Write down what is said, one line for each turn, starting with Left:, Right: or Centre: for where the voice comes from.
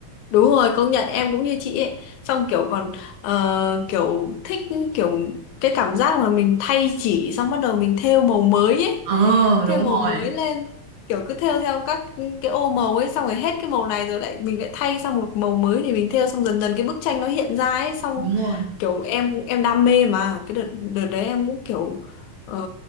Left: Đúng rồi, công nhận em cũng như chị ấy. Xong kiểu còn ờ, kiểu thích kiểu cái cảm giác mà mình thay chỉ xong bắt đầu mình thêu màu mới ấy.
Right: Ờ
Left: Thêu
Right: đúng
Left: màu
Right: rồi,
Left: mới lên kiểu cứ thêu theo các cái ô màu ấy xong rồi hết cái màu này rồi lại mình lại thay sang một màu mới để mình thêu xong dần dần cái bức tranh nó hiện ra ấy xong
Right: đúng rồi.
Left: kiểu em cũng em đam mê mà cái đợt đợt đấy em cũng kiểu ờ,